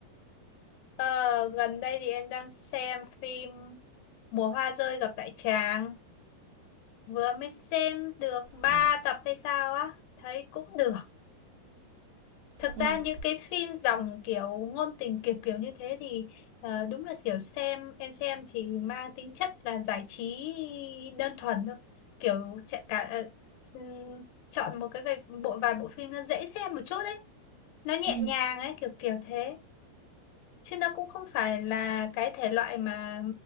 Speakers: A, on the left; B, on the right.
A: Ờ, gần đây thì em đang xem phim Mùa hoa rơi gặp lại chàng, vừa mới xem được ba
B: Ừ
A: tập hay sao á, thấy cũng được. Thực ra
B: ừ
A: những cái phim dòng kiểu ngôn tình kiểu kiểu như thế thì ờ, đúng là kiểu xem em xem chỉ mang tính chất là giải trí đơn thuần thôi kiểu chạy cả ờ, ừm, chọn một cái vài, bộ vài bộ phim nó dễ xem một chút đấy nó nhẹ
B: ừ
A: nhàng ấy kiểu kiểu thế chứ nó cũng không phải là cái thể loại mà